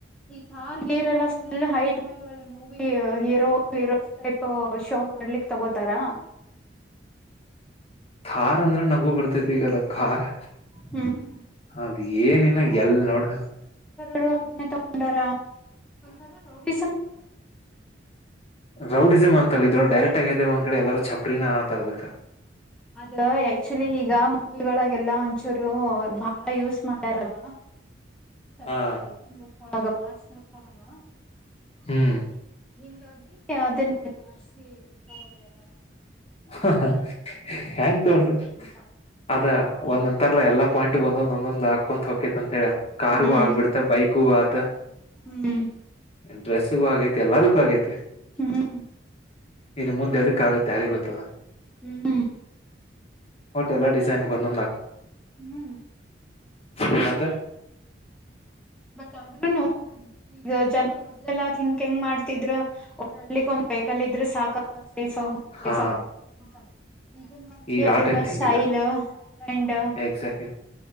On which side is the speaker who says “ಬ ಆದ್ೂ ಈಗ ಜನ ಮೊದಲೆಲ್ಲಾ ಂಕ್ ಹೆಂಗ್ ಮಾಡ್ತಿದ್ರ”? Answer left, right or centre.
Centre